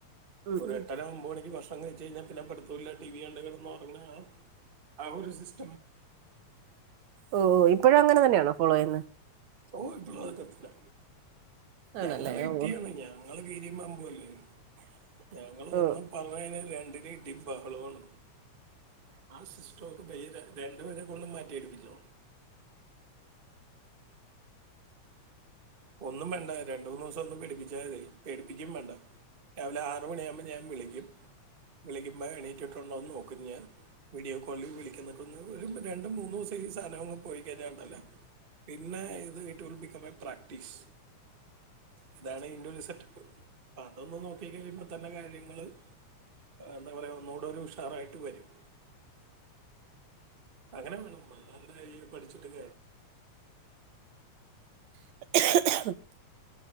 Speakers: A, on the right (about 75°); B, on the right (about 45°).
A: ഉം ഉം
B: ഒരു
A: ഉം.
B: എട്ടര ഒൻമ്പത് മണിക്ക് ഭക്ഷണം ണം കഴിച്ചു കഴിഞ്ഞാൽ പിന്നെ പടുത്തല്ല ടി വി കണ്ടുകിടുന്ന് ഉറങ്ങാം ആ ഒരും സിസ്
A: ഓ ഇപ്പോഴും അങ്ങനെ തന്നെയണോ ഫോളോ ചെയ്യുന്ന
B: ഓ ഇപ്പോളും അതൊക്കെ തന്നെ
A: ആണല്ലേ
B: ഞങ്ങള് ഇട്ടിയാണ്
A: ഓ
B: ഞങ്ങള് കീരിയും പാമ്പുമല്ലേ ഞങ്ങള്
A: ഓ
B: ഒന്നും പറഞ്ഞ് കഴിഞ്ഞാൽ രണ്ടിന് ഇടീംബഹളോണ് ആ സിസ് സ്റ്റോക്ക് <unintelligible> രണ്ടുപരെ കൊണ്ടും മാറ്റിടിപ്പിച്ചോ ഒന്നും വേണ്ട രണ്ട് മൂന്ന് ദിവസം ഒന്നും പേടിപ്പിച്ചാ മതി പേടിപ്പിക്കും വേണ്ട രാവിലെ ആറ് മണിയാകുമ്പോൾ ഞാൻ വിളിക്കും വിളിക്കുമ്പോൾ എണീറ്റിട്ടുണ്ടോ ന്ന് നോക്കും ഞാൻ വീഡിയോ കോളിൽ വിളിക്കുന്നക്കൊന്ന് ഒരു രണ്ടും മൂന്നു ദിവസം ഈ സാധനങ് പോയി കഴഞ്ഞാണ്ടല്ലോ പിന്നെ ഇത് it will become a practice ഇതാണ് ഇതിന്റെ ഒരു സെറ്റപ്പ് പ്പതൊന്ന് നോക്കി കഴിയുമ്പോ തന്നെ കാര്യങ്ങള്- എന്താ പറയുക ഒന്നൂടെ ഒന്ന് ഉഷാറായിട്ട് വരും അങ്ങനെ വേണേണ്ടന്ത <unintelligible> പഠിച്ചിട്ട് കാര്യ
A: ഒഹ്ഹ ഒഹ്ഹ്